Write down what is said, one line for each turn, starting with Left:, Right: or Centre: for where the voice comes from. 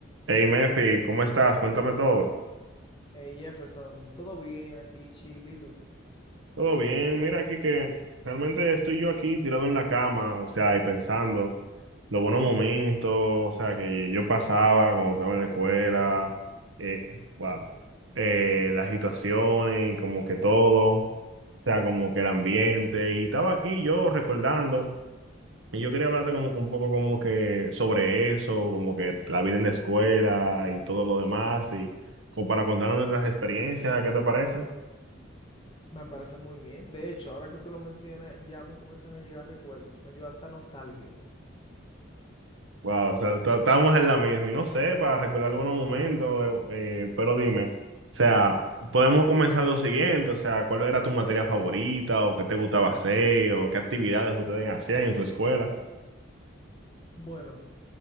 Right: Hey Mefi, ¿cómo estás? Cuéntame todo.
Left: Eh, Jefferson, todo bien aquí, Chile, ¿y tú?
Right: Todo bien, mira aquí que realmente estoy yo aquí tirado en la cama, o sea, y pensando los buenos momentos, o sea, que yo pasaba cuando estaba en la escuela, eh, wow, eh, las situaciones, y como que todo, o sea, como que el ambiente, y estaba aquí yo recordando. Y Yo quería hablarte como que un poco como que sobre eso, como que la vida en la escuela y todo lo demás, y como para contarnos nuestras experiencias, ¿qué te parece?
Left: Me parece muy bien. De hecho, ahora que tú lo mencionas, ya me comienzan a llegar recuerdos. Me dio hasta nostalgia.
Right: Wow, o sea, ta- estábamos en la misma, y no sé, para recordar algunos momentos, eh, eh, pero dime, o sea, podemos comenzar lo siguiente, o sea, ¿cuál era tu materia favorita, o qué te gustaba hacer, o qué actividades ustedes hacían en su escuela?
Left: Bueno,